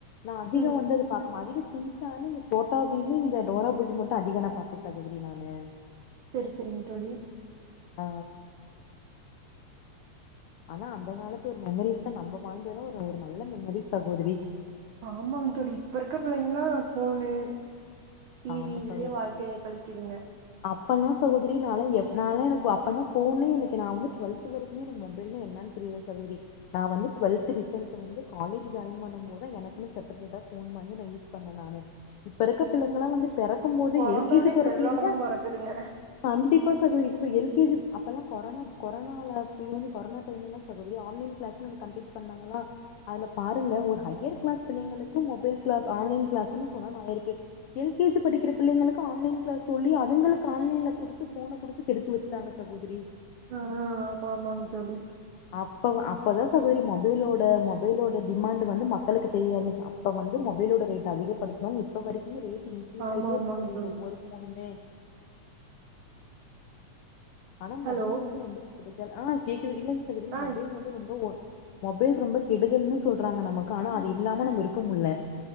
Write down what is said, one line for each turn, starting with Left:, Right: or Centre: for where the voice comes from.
Left: நா அதிகொ
Right: ம்
Left: வந்து அத பாக் மா அதிக சின் சானு இந்த சோட்டா பீமு இந்த டோரா புஜ்ஜி மட்டு அதிக நா பாப்பே சகோதரி நானு
Right: செரி செரிங் தோழி
Left: ஆ ஆனா அந்த காலத்துல ஒரு மெமரீஸ்னா நம்ம வாழ்ந்தல்லா ஒரு ஒரு நல்ல மெமரீஸ் சகோதரி
Right: ஆமாங் தோழி இப்ப இருக்க புள்ளைங்ளா ஃபோனு டீவி
Left: ஆமா
Right: இதுலயே
Left: சகோதரி
Right: வாழ்க்கைய கழிக்கிதுங்க
Left: அப்பல்லா சகோதரி நாலா எப் நாலா எனக்கு அப்பனா ஃபோனே எனக்கு நா வந்து ட்வல் த்து வரைக்குமே எனக்கு மொபைல்னா என்னான் தெரியாது சகோதரி நா வந்து ட்வல்த்து ரிசல்ட் வந்து காலேஜு ஜாயின் பண்ணம் போதா எனக்குனு செப்பரேட்டா ஃபோன் வாங்கி நா யூஸ் பண்ண நானு இப்ப இருக்க பிள்ளைங்களா வந்து பெறக்கம் போதே
Right: பிறந்தோடனே
Left: எல் கே ஜி போற
Right: செல்லோட
Left: புள்ளைங்ளே
Right: தான் பிறக்குதுங்க
Left: கண்டிப்பா சகோதரி இப்ப எ ல்கே ஜி அப்பல்லா கொரோனா கொரோனால வந்து கொரோனா டைம்லல்லா சசகோதரி ஆன்லைன் க்ளாஸ்ன்னு ஒண்ணு கண்டெக்ட் பண்ணாங்களா அதுல பாருங்க ஒரு ஹையர் க்ளாஸ் பிள்ளைங்களுக்கு மொபைல் க்ளாஸ் ஆன்லைன் கிளாஸுனு சொன்னா <unintelligible> இருக்கு எல் கே ஜி படிக்கிற பிள்ளைங்களுக்கு ஆன்லைன் க்ளாஸ் தோழி அதுங்களுக்கு ஆன்லைன்ல குடுத்து ஃபோன குடுத்து கெடுத்து வெச் ட்டாங்க சகோதரி
Right: ஆ ஆமாமாங் தோழி
Left: அப்ப அப்பதா சகோதரி மொபைலோட மொபைலோட டிமாண்ட்டு வந்து மக்களுக்கு தெரிய ஆரம்ச்ச அப்ப வந்து மொபைலோட ரேட் அதிகப்படுத்னுவங் இப்ப வரை க்குமே ரேட் இன்க்ரீஸ்
Right: ஆமா
Left: ஆயிட்டே
Right: ஆமாங்க
Left: இருக்கு சகோதரி
Right: தோழி
Left: ஒவ்வொரு ஃபோனுமே ஆனா மொபைல்
Right: ஹலோ
Left: வந்து ரொம்ப கெடுதல் ஆ கேக்குது இல்லங் சகோதரி
Right: ஆ
Left: மொபைல் வந்து ரொம் ஓ மொபைல் ரொம்ப கெடுதல்ன்னு சொல்றாங்க நமக்கு ஆனா அது இல்லாம நம்ம இருக்க முல்ல